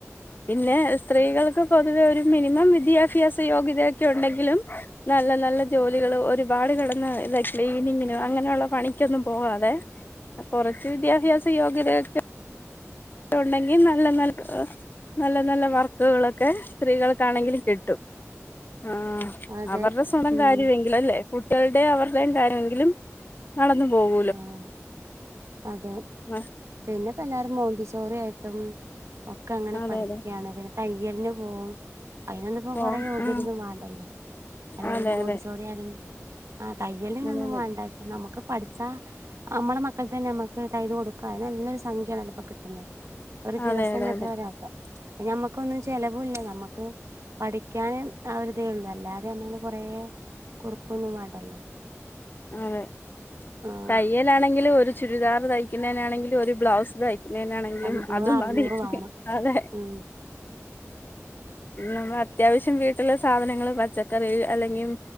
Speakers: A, on the left; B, on the right.
A: പിന്നെ സ് സ്ത്രീകൾക്ക് പൊതുവെ ഒരു മിനിമം വിദ്യാഭ്യാസ യോഗ്യതയൊക്കെ ഉണ്ടെങ്കിലും നല്ല നല്ല ജോലികള് ഒരുപാട് കിടന്ന് ക്ലീനിങ്ങിന് അങ്ങനെയുള്ള പണിക്കൊന്നും പോവാതെ കുറച്ച് വിദ്യാഭ്യാസ യോഗ്യത ഒക്കെ ഉണ്ടെങ്കിൽ നല്ല നല്ല നല്ല നല്ല വർക്കുകളൊക്കെ സ്ത്രീകൾക്കാണെങ്കിലും കിട്ടും ആഹ്
B: അതെ
A: അവരുടെ സ്വന്തം
B: ഉം
A: കാര്യമെങ്കിലും അല്ലെ കുട്ടികളുടെയും അവരുടെയും കാര്യമെങ്കിലും നടന്നു പോകും
B: ആഹ് അതെ
A: ആ
B: പിന്നെ ഇപ്പം എല്ലാരും മോണ്ടി സോറി ആയിട്ടും ഒക്കെ അങ്ങനെ
A: അതെ
B: പഠിക്കയാണ്
A: അതെ
B: പിന്നെ തയ്യലിന് പോവും അയ്നൊന്നും ഇപ്പോ
A: പോ
B: കൊറെ യോഗ്യത
A: ആ
B: ഒന്നും വേണ്ടല്ലോ അല്ലേ
A: അതെ
B: മോണ്ടിസോറി
A: അതെ
B: ആക ആ തയ്യലിനൊന്നും
A: അതെ അതെ
B: വേണ്ട പക്ഷെ നമുക്ക് പഠ ച്ചാ നമ്മുടെ മക്കൾ തന്നെ നമ്മുക്ക് തൈത് കൊടുക്ക നല്ലൊരു സംഖ്യ ആണല്ലപ്പോ കിട്ടുന്നത് ഒരു ദിവസം
A: അതെ അതെ
B: തന്നെ
A: അതെ
B: എത്ര <unintelligible> നമ്മക്കൊന്നും ചിലവുല്ല നമ്മക്ക് പഠിക്കാന് ആ ഒരു ഇതേ ഉള്ളു അല്ലാതെ നമ്മൾ കൊറേ കൊടുക്കൊന്നും വേണ്ടല്ലോ
A: അതെ
B: ആഹ്
A: തയ്യലാണെങ്കിലും ഒരു ചുരിദാർ തയ്ക്കുന്നതിനാണെങ്കിലും ഒരു ബ്ലൗസ് തയ്ക്കു നാണെങ്കിലും
B: അഞ്ഞൂറ്
A: അതും
B: അറുന്നൂറ്
A: മതി
B: വേണം
A: അതെ
B: ഉം
A: നമ്മൾ അത്യാവശ്യം വീട്ടിലുള്ള സാധനങ്ങള് പച്ചക്കറി അല്ലെങ്കിൽ